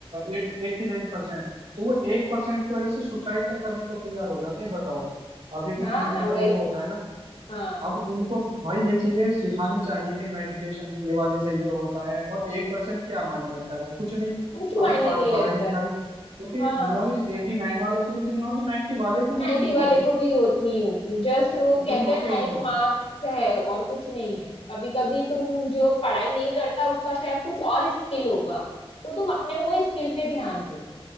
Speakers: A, on the right; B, on the left.
A: एट्टी नाइन परसेंट तो वो
B: हम्म।
A: एक परसेंट की वजह से सुसाइड तक करने को तैयार हो जाते हैं बताओ अब ये कितनी
B: हाँ
A: मतलब
B: ना वही
A: वो
B: तो
A: होता है ना
B: हाँ
A: अब उनको भाई ये चीजें सिखानी चाहिए कि मेडिटेशन ये वाले से ये होता है और एक परसेंट क्या मायने रखता है भाई कुछ नहीं
B: कुछ
A: अब
B: मायने
A: पढ़,
B: नहीं
A: पढ़ाई
B: रखता
A: लिखाई
B: है
A: क्योंकि
B: हाँ
A: नॉलेज एट्टी नाइन वाले को भी उतनी होगी नाइन्टी वाले को भी
B: नाइन्टी
A: उतनी होगी
B: वाले को भी उतनी ही होती जस्ट वो
A: उतनी
B: कहते
A: होती
B: हैं ना
A: है ऑलमोस्ट
B: एक मार्क्स है और कुछ नहीं है कभी कभी तुम जो पढ़ाई नहीं करता उसका शायद कुछ और स्किल होगा तो तुम अपने वो स्किल पे ध्यान दो